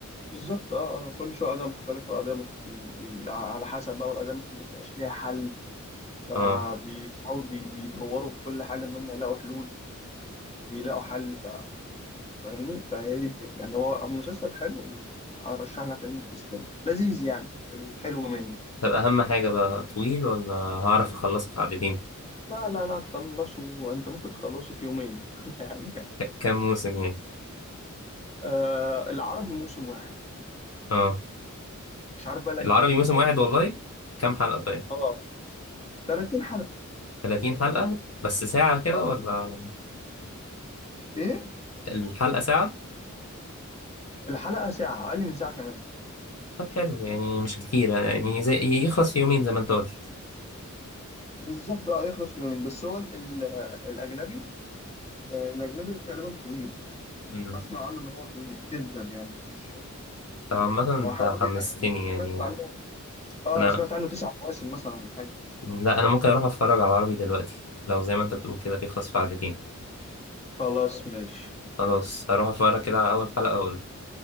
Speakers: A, on the left (about 20°); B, on the left (about 50°).
A: بالظبط اه اه كل شوية قضايا مختلفة قضايا مخت... بي... على حسب بقى والقضايا ممكن ما تبقاش ليها حل فبيحاولوا
B: اه
A: بي... بيدوروا بكل حاجة إن هم يلاقوا حلول وبيلاقوا حل ف... فاهمني فهي دي الفكرة يعني هو مسلسل حلو أرشح لك إن أنت تستمع لذيذ يعني في الحلو منه
B: طب أهم حاجة بقى طويل ولا هعرف أخلصه في عددين
A: لا لا لا تخلصه أنت ممكن تخلصه في يومين <laughs> يعني
B: ك- كام موسم يعني
A: آه العربي موسم واحد
B: اه
A: مش عارف بقى الاجنبي
B: العربي موسم
A: هو
B: واحد والله كام حلقة طيب
A: اه 30 حلقه
B: 30 حلقة بس ساعة كده
A: اه
B: ولا
A: ايه
B: الحلقة ساعة
A: الحلقه ساعه اقل من ساعه كمان
B: طب حلو يعني مش كتير يعني زي يخلص في يومين زي ما انت قلت
A: بالظبط اه يخلص في يومين بس هو ال- ال- الاجنبي آه الاجنبي غالبا طويل
B: مم.
A: انا اسمع عنه ان هو طويل جدا يعني مش
B: طب عامة انت
A: هو حوالي
B: حمستني
A: انا سم-
B: يعني
A: سمعت عنه اه
B: انا
A: انا سمعت عنه تسع مواسم مثلا ولا حاجه
B: لا انا ممكن اروح اتفرج على العربي دلوقتي لو زي ما انت بتقول كده بيخلص في عددين
A: خلاص ماشي
B: خلاص هروح اتفرج كده على اول حلقة واقول